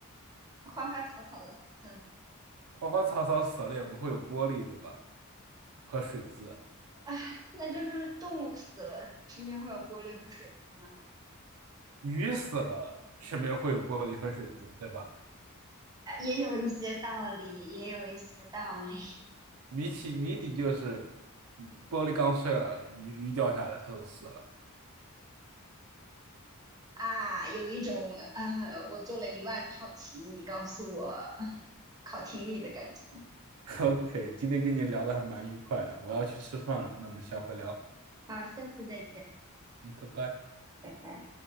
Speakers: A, on the right; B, on the right.
A: 花花草草的，嗯，
B: 花花草草死了也不会有玻璃，对吧？和水渍。
A: 唉，那就是动物死了，身边会有玻璃和水渍吗？
B: 鱼死了，身边会有玻璃和水渍，对吧？
A: 呃也有一些道理，也有一些道理
B: 谜题谜底就是鱼，玻璃刚碎了，鱼鱼掉下来，它就死了。
A: 啊。有一种呃，我做了一万套题，你告诉我考听力的感觉。
B: <laughs> OK，今天跟你聊的还蛮愉快的，我要去吃饭了，那我们下回聊。
A: 好，下次再见，
B: 嗯，拜拜。
A: 拜拜。